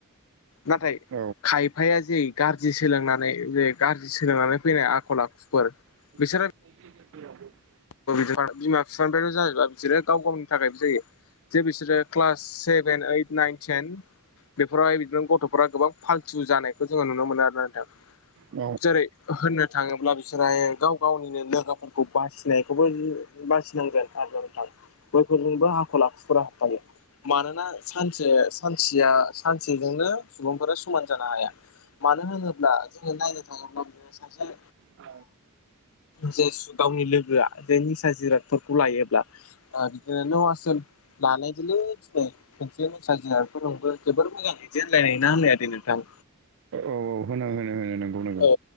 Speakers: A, on the left; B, on the right.
A: नाथाय
B: औ
A: खायफाया जेरै गाज्रि सोलोंनानै जे गाज्रि सोलोंनानै फैनाय आखल आखुफोर।
B: <unintelligible>
A: बिसोरो <unintelligible> बिमा बिफानिफ्रायल' जाजोबा बिसोरो गाव गावनि थाखायबो जायो। जे बिसोरो क्लास सेभेन ओइद नाइन टेन बेफोरावहाय बिदिनो गथ'फोरारा गोबां फाल्थु जानायखौ जोङो नुनो मोनो आरो नोंथां।
B: औ
A: जेरै होननो थाङोब्ला बिसोर गाव गावनिनो लोगोफोरखौ बासि <unintelligible> नायखौबो बासिनांगोन आरो नोंथां बैफोरजोंबो आखल आखुफ्रा हाबफायो। मानोना सानसे सानसेया सानसेजोंनो सुबुंफोरा समान जानो हाया। मानो होनोब्ला जोङो नायनो थाङोब्ला बिदिनो सासे
B: औ।
A: जे सु गावनि लोगोआ जे निसा जिरादफोरखौ लायोब्ला। आ बिदिनो न' आसोल लालायदोलै दिनै। खोनसेया निसा बेफोरजोंबो जोबोर मोजां बिदि होनलाय लायोना लाया दे नोंथां?
B: ओ औ होनो होनो होनो नोंगौ नोंगौ।
A: औ